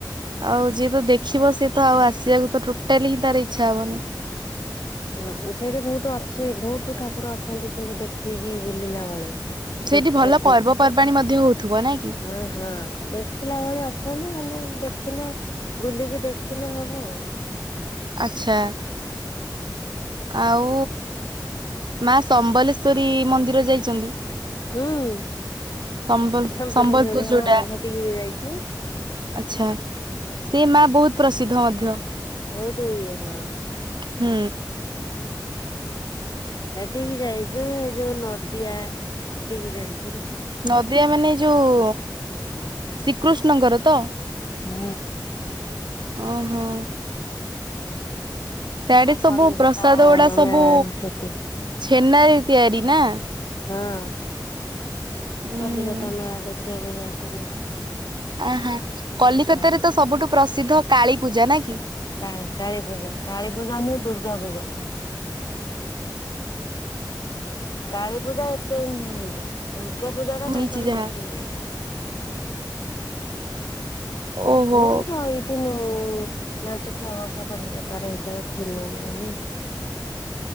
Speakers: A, on the right; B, on the left.
A: ଆଉ ଯିଏ ତ ଦେଖିବ ସିଏ ତ ଆଉ ଆସିବାକୁ ତ ଟୋଟାଲି ହିଁ ତାର ଇଛା ହବନି।
B: ହୁଁ ସେଇଠି ବହୁତ ଅଛି ବହୁତ ଠାକୁର ଅଛନ୍ତି କିନ୍ତୁ ଦେଖିକି ବୁଲିଲା ଭଳି।
A: ସେଇଠି
B: ଦେଖି
A: ଭଲ ପର୍ବପର୍ବାଣୀ
B: ଦେଖ
A: ମଧ୍ୟ ହଉଥିବ ନାଇଁ କି
B: ହଁ ହଁ ଦେଖ ଦେଖିଲା ଭଳି ଅଛନ୍ତି ମ ଦେଖିଲେ ବୁଲିକି ଦେଖିଲେ ହବ ଆଉ?
A: ଆଛା। ଆଉ ମା ସମ୍ବଲେଶ୍ଵରୀ ମନ୍ଦିର ଯାଇ ଛତି
B: ହୁଁ
A: ସମ୍ବଲ
B: ସମଲେଶ୍ଵରୀ
A: ସମ୍ବଲପୁର ଯୋଉଟା?
B: ହଁ ସେଠିକି ବି ଯାଇଛୁ।
A: ଆଛା ସେ ମା ବହୁତ ପ୍ରସିଦ୍ଧ ମଧ୍ୟ।
B: ବହୁତ ଇଏ ହଁ।
A: ହୁଁ।
B: ହେଟିକି ଯାଇଛୁ ଏ ଯୋଉ ନଦିଆଡିକି ଯାଇଛି
A: ନଦିଆ ମାନେ ଏ ଯୋଉ ଶ୍ରୀକୃଷ୍ଣଙ୍କର ତ?
B: ହୁଁ।
A: ଓହୋ। ସିଆଡେ
B: ଆଉ
A: ସବୁ
B: କଲିକତା
A: ପ୍ରସାଦ ଗୁଡା ସବୁ
B: ମେଳା ସେଠି
A: ଛେନାରେ ତିଆରି ନା?
B: ହଁ।
A: ଉୁଁ
B: କଲିକତା
A: ହୁଁ
B: ମେଳା ଦେଖିବାକୁ ଯାଇଥିଲି।
A: ଆ ହଁ କଲିକତାରେ
B: ହେଲାଣି।
A: ତ ସବୁଠୁ ପ୍ରସିଦ୍ଧ କାଳୀ ପୂଜା ନା କି?
B: କାଳୀ କାଳୀ ପୂଜା କାଳୀ ପୂଜା ନୁହେଁ ଦୁର୍ଗା ପୂଜା। କାଳୀ ପୂଜା ଏତେ ନୁହେଁ ଏଇଠି। ଦୁର୍ଗା ପୂଜାଟା
A: ଶୁଣିଛି
B: ତାଙ୍କର
A: ଯାହା
B: ବେଶୀ ଇଏ।
A: ଓହୋ
B: ଆମେ ବି ରହିଥିନୁ ପାଞ୍ଚ ଛଅ ବର୍ଷ କଲିକତାରେ ସେତେବେଳେ ଥିନୁ ନା ଆମେ।